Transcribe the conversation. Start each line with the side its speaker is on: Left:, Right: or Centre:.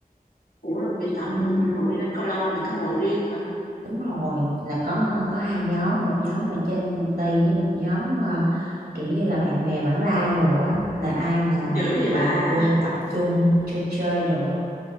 Left: Ủa là mày tập
Right: Ừ.
Left: ừ, Ủa đi đánh cầu lông là mày có hội riêng hả?
Right: Đúng rồi, là có có hai nhóm, một nhóm ở trên công ty với một nhóm mà kiểu như là bạn bè vãng lai đồ á, là ai mà
Left: Dữ
Right: tập
Left: vậy
Right: được
Left: bà,
Right: là vô tập trung chơi chơi đồ. á.